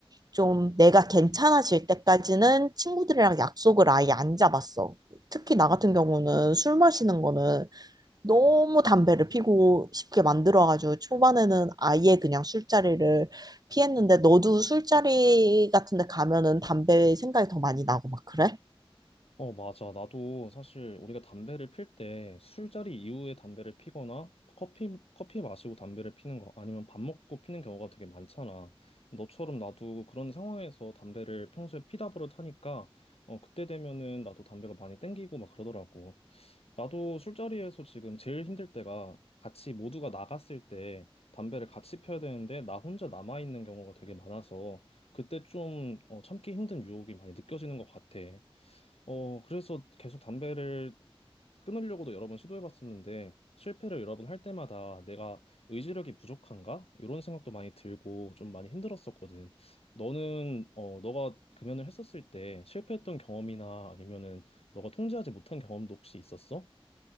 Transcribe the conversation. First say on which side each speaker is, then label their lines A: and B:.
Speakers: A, on the right (about 40°); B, on the left (about 85°).
A: 좀 내가 괜찮아질 때까지는 친구들이랑 약속을 아예 안 잡았어. 특히 나 같은 경우는 술 마시는 거는 너무 담배를 피고 싶게 만들어가지고 초반에는 아예 그냥 술자리를 피했는데 너도 술자리 같은 데 가면은 담배 생각이 더 많이 나고 막 그래?
B: 어, 맞아. 나도 사실 우리가 담배를 필 때 술자리 이후에 담배를 피거나 커피, 커피 마시고 담배를 피는 거 아니면 밥 먹고 피는 경우가 되게 많잖아. 너처럼 나도 그런 상황에서 담배를 평소에 피다 버릇하니까 어, 그때 되면은 나도 담배가 많이 땡기고 막 그러더라고. 나도 술자리에서 지금 제일 힘들 때가 같이 모두가 나갔을 때 담배를 같이 펴야 되는데 나 혼자 남아 있는 경우가 되게 많아서 그때 좀 어, 참기 힘든 유혹이 많이 느껴지는 것 같아. 어, 그래서 계속 담배를 끊으려고도 여러 번 시도해봤었는데 실패를 여러 번 할 때마다 내가 의지력이 부족한가? 이런 생각도 많이 들고 좀 많이 힘들었었거든. 너는 어, 너가 금연을 했었을 때 실패했던 경험이나 아니면은 너가 통제하지 못한 경험도 혹시 있었어?